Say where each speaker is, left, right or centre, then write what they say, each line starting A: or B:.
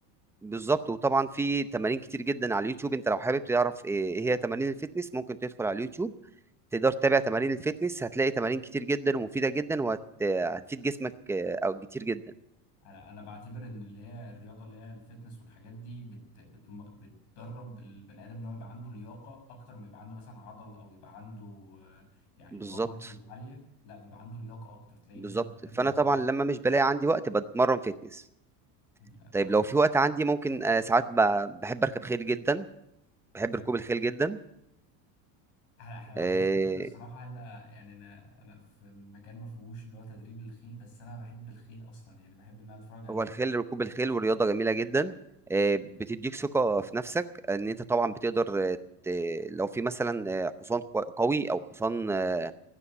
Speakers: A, in the centre; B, on the left.
A: بالظبط وطبعا في تمارين كتير جدا على اليوتيوب انت لو حابب تعرف آه، ايه هي تمارين الفيتنس ممكن تدخل على اليوتيوب تقدر تتابع تمارين الفيتنس هتلاقي تمارين كتير جدا ومفيدة جدا وهتفيد جسمك آه، او كتير جدا
B: انا انا بعتبر ان اللي هي الرياضه اللي هي الفتنس والحاجات دي بت بت بتدرب البني ادم ان هو يبقى عنده لياقه اكتر ما يبقى عنده مثلا عضل او يبقى عنده آه، يعني
A: بالظبط
B: اللي هو ماسل عاليه لا بيبقى عنده لياقه اكتر تلاقيه
A: بالظبط
B: مثلا قادر
A: فانا
B: ان هو
A: طبعا لما مش بلاقي عندي وقت بتمرن فيتنس
B: ده
A: طيب
B: كويس
A: لو في وقت عندي ممكن آه، ساعات ب- بحب اركب خيل جدا بحب
B: بجد
A: ركوب الخيل جدا
B: احنا احنا ما
A: آه،
B: عندناش مكان الصراحه هنا يعني انا انا في مكان ما فيهوش اللي هو تدريب للخيل بس انا بحب الخيل اصلا يعني بحب ان انا اتفرج عليهم
A: هو الخيل ركوب الخيل ورياضه جميله جدا آه، بتديك ثقه في نفسك ان انت طبعا بتقدر آه، ت- لو في مثلا آه، حصان قو- قوي او حصان آه،